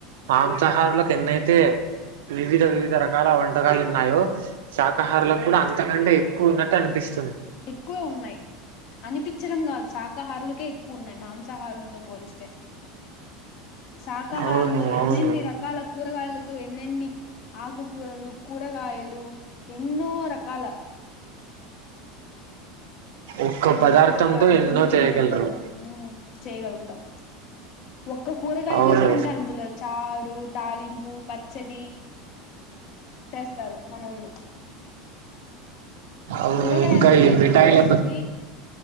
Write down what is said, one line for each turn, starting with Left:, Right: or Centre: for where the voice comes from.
Right: మాంసాహారులకు ఎన్నయితే వివిధ వివిధ రకాల వంటకాలు ఉన్నాయో, శాకాహారులకు కూడా అంతకంటే ఎక్కువ ఉన్నట్టు అనిపిస్త్
Left: ఎక్కువ ఉన్నాయి. అనిపిచ్చడం గాదు సాక్ కాహారులకే ఎక్కువ ఉన్నాయి మాంసాహారులతో పోలిస్తే. శాకాహారంలో
Right: అవును
Left: ఎన్నెన్ని
Right: అవును
Left: రకాల కూరగాయలతో ఎన్నెన్ని ఆకుకూరలు, కూరగాయలు ఎన్నో రక్ కాలా
Right: ఒక్క
Left: ఎన్నో
Right: పదార్థంతో
Left: రకాల
Right: ఎన్నో
Left: పిండి పిండి
Right: చేయగలరు
Left: వంటలు ఊ చేయగలుగుతం. ఒక్క కూరగాయ
Right: అవును
Left: తీసుకుంటే అందులో చారు, తాలింపు, పచ్చడి స్తారు మనోళ్ళు.
Right: అవును
Left: కూరగాయ
Right: ఇంకా
Left: అంటుంటే
Right: ఈ మిఠాయిల
Left: గుర్తుకొస్తదీ